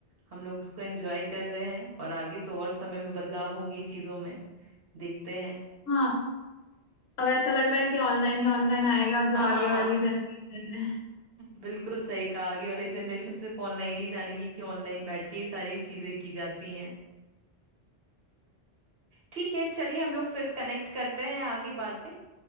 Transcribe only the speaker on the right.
हम लोग उसको एंजॉय कर रहे हैं और आगे तो और समय में बदलाव होंगी चीजों में देखते हैं
<laughs> हाँ
हाँ हाँ
बिल्कुल सही कहा आगे वाले जनरेशन सिर्फ ऑनलाइन ही जानेंगी कि ऑनलाइन बैठ के ही सारी चीजें की जाती हैं ठीक है चलिए हम लोग फिर कनेक्ट करते हैं आगे बाद में